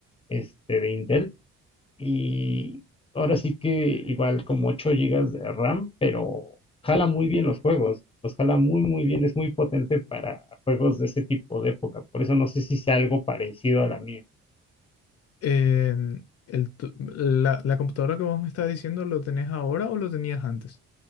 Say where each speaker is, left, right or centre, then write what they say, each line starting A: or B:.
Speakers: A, on the left (about 20°); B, on the left (about 55°).
A: este, de Intel. Y ahora sí que igual como 8 gigas de RAM, pero jala muy bien los juegos. Los jala muy, muy bien. Es muy potente para juegos de ese tipo de época. Por eso no sé si sea algo parecido a la mía.
B: Eh, el tu- la, la computadora que vos me estás diciendo, ¿lo tenés ahora o lo tenías antes?